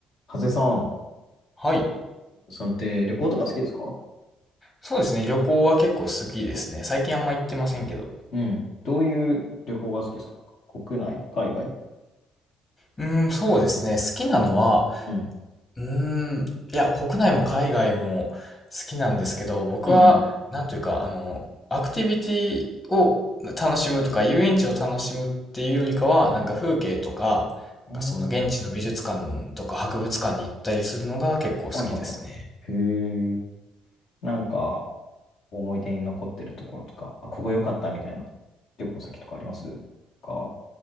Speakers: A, on the left; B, on the left.
A: ハゼさん、
B: はい。
A: さんって旅行とか好きですか
B: そうですね。旅行は結構好きですね。最近あんま行ってませんけど。
A: うん。どういう旅行が好きですかなんか国内、海外
B: うーん、そうですね。好きなのは、
A: うん。
B: うーん、いや、国内も海外も好きなんですけど、僕は、
A: うんうん
B: なんというか、あの、アクティビティを楽しむとか、遊園地を楽しむっていうよりかは、なんか風景とか、
A: うん。う
B: なんかその現地の美術館とか博物館に行ったりするのが結構好きですね。
A: んあーはいはいはい。へえ。なんか、思い出に残ってるところとか、あ、ここ良かったみたいな旅行先とかありますか